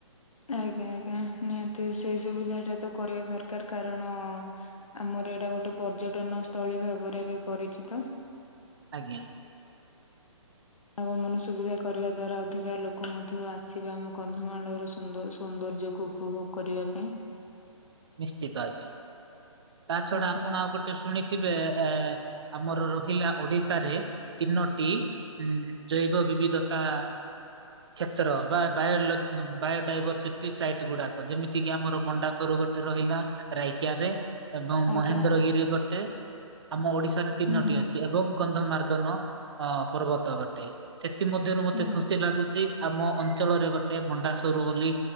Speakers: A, on the left (about 85°); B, on the right (about 55°).
A: ଆଜ୍ଞା ଆଜ୍ଞା। ନିହାତି ସେଇ ସୁବିଧା ଟା ତ କରିବା ଦରକାର କାରଣ ଆମର ଏଇଟା ଗୋଟେ ପର୍ଯ୍ୟଟନ ସ୍ଥଳୀ ଭାବରେ ଏବେ ପରିଚିତ।
B: ଆଜ୍ଞା।
A: ଆଗମନ ସୁବିଧା କରିବା ଦ୍ଵାରା ଅଧିକା ଲୋକ ମଧ୍ୟ ଆସିବେ ଆମ କନ୍ଧମାଳର ସୁନ୍ଦ ସୌନ୍ଦର୍ଯ୍ୟକୁ। ଉପଭୋଗ କରିବା ପାଇଁ।
B: ନିଶ୍ଚିତ ଆଜ୍ଞା। ତା ଛଡା
A: ଆଜ୍ଞା।
B: ଆପଣ ଆଉ ଗୋଟେ ଶୁଣି ଥିବେ ଆମର ରହିଲା ଓଡିଶାରେ ତିନୋଟି ଉ ଜୈବ ବିବିଧତା କ୍ଷେତ୍ର ବା ବା ବାୟୋଡାଇଭରସିଟି ସାଇଟ୍ ଗୁଡାକ ଯେମିତି କିି ଆମର ମଣ୍ଡା ସର ରହିଲା ରାଇକିଆ ରେ ଏବଂ
A: ଆଜ୍ଞା
B: ମହେନ୍ଦ୍ରଗିରି ଗୋଟେ ଆମ ଓଡିଶାରେ ତିନୋଟି
A: ହୁଁ ହୁଁ
B: ଅଛି ଏବଂ ଗନ୍ଧମାର୍ଦ୍ଦନ ଅ ପର୍ବତ ଗୋଟେ। ସେଥି ମଧ୍ୟରୁ ମତେ
A: ହୁଁ
B: ଖୁସି ଲାଗୁଛି ଆମ ଅଞ୍ଚଳରେ ଗୋଟେ ମଣ୍ଡାସର ବୋଲି